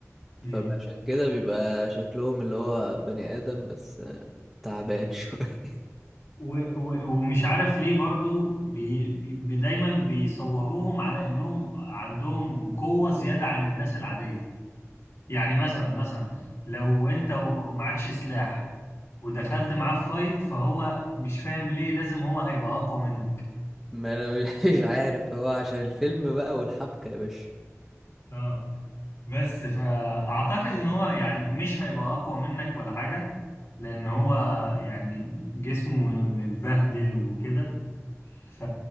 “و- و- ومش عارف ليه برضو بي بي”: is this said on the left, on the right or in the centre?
Left